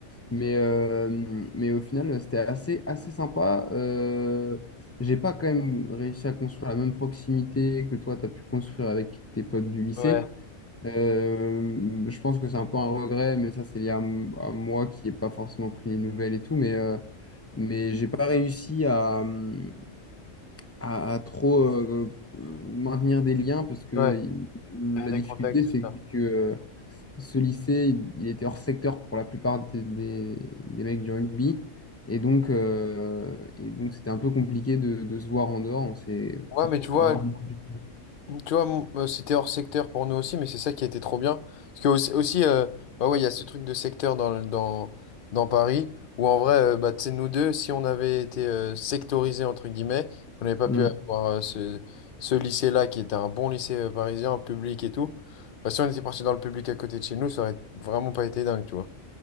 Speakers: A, on the left; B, on the left.
A: Mais, euh, mais au final, c'était assez, assez sympa. Euh, j'ai pas quand même réussi à construire la même proximité que toi, tu as pu construire avec tes potes du lycée.
B: Ouais,
A: Euh, je pense que c'est un peu un regret, mais ça, c'est lié à, m- à moi qui n'ai pas forcément pris les nouvelles et tout. Mais, euh, mais j'ai pas réussi à, hum, à, à trop euh, euh, maintenir des liens parce que
B: ouais.
A: euh,
B: Faire
A: la
B: des
A: difficulté,
B: contacts, tout
A: c'est
B: ça.
A: que euh, ce lycée, il il était hors secteur pour la plupart des, des- des mecs du rugby. Et donc, euh, et donc c'était un peu compliqué de, de se voir en dehors. On s'est
B: Ouais,
A: en fait
B: mais tu vois,
A: rarement vu.
B: Tu vois, mon- euh, c'était hors secteur pour nous aussi, mais c'est ça qui était trop bien. Parce que aussi, aussi, euh, bah ouais, il y a ce truc de secteur dans, le- dans, dans Paris, où en vrai, euh, bah, tu sais, nous deux, si on avait été euh, sectorisés, entre guillemets, qu'on n'avait pas
A: Hmm.
B: pu avoir euh, ce, ce lycée-là, qui était un bon lycée euh, parisien, public et tout, bah, si on était parti dans le public à côté de chez nous, ça aurait vraiment pas été dingue, tu vois.